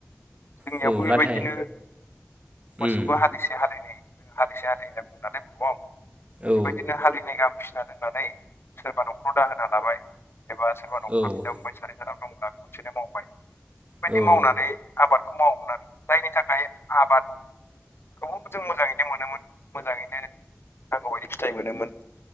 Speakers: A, on the left; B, on the right.
A: जोंनियावबो
B: औ औ
A: बेबायदिनो
B: नाथाय
A: मोसौखौ
B: उम
A: हालिसे हालिनै हालिसे हालि होनना बुंनानै <unintelligible>
B: औ
A: बेबायदिनो हालिनै गाहाम फिसिना दोननानै सोरबा न'खराव दाहोना लाबाय एबा सोर
B: औ।
A: फांबाय सानै साथाम दंब्ला खुनसेनो मावबाय बेबायदि
B: औ।
A: मावनानै आबादखौ माव नान जायनि थाखा खाय आबाद खौ जों मोजाङैनो मोनोमोन। मोजाङैनो नांगौबायायदि फिथाइ मोनोमोन